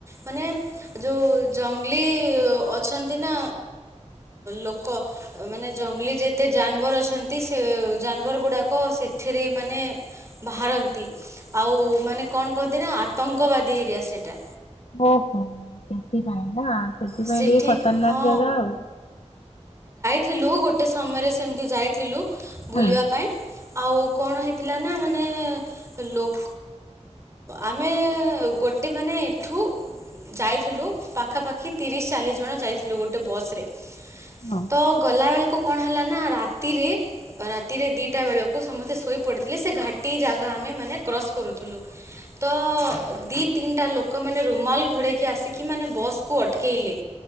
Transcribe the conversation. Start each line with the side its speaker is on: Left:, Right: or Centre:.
Right: ମାନେ ଯୋଉ ଜଙ୍ଗଲି ଅଛନ୍ତି ନା ଲୋକ ମାନେ ଜଙ୍ଗଲି ଯେତେ ଯାନବର ଅଛନ୍ତି ସେ ଯାନବର ଗୁଡାକ ଲୋକ ସେଥିରେ ମାନେ ବାହାରନ୍ତି ଆଉ ମାନେ କଣ କହଁନ୍ତି ନା ଆତଙ୍କବାଦୀ ଏରିଆ ସେଟା।
Left: ଓହୋ ସେଥିପାଇଁ ନା। ସେଥିପାଇଁ
Right: ସେଠି
Left: ଟିକେ ଖତରନାକ
Right: ହଁ
Left: ଜାଗା ଆଉ।
Right: ଥିଲୁ ଗୋଟେ ସମୟରେ ସେମିତି ଯାଇଥିଲୁ। ବୁଲିବା
Left: ହଁ
Right: ପାଇଁ ଆଉ କଣ ହେଇଥିଲା ନା ମାନେ ଲୋକ ଆମେ ଗୋଟେ ମାନେ ଏଠୁ ଯାଇଥିଲୁ ପାଖାପାଖି ଚାଲିଶ ଜଣ ଯାଇଥିଲୁ ଗୋଟେ ବସ ରେ। ତ
Left: ହଁ
Right: ଗଲା ବେଳକୁ କଣ ହେଲା ନା ରାତିରେ ରାତିରେ ଦିଟା ବେଳକୁ ସମସ୍ତେ ଶୋଇ ପଡିଥିଲେ ସେ ଘାଟି ଜାଗା ଆମେ ମାନେ କ୍ରସ କରୁଥିଲୁ ତ ଦିପ ତିନିଟା ଲୋକମାନେ ରୁମାଲ୍ ଘୋଡ଼େଇକି ଆସିକି ମାନେ ବସ୍କୁ ଅଟକେଇ କିିଲି